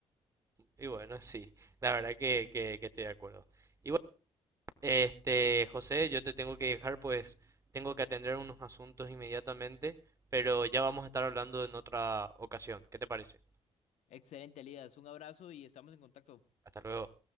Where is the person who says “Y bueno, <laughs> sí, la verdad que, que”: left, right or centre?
Right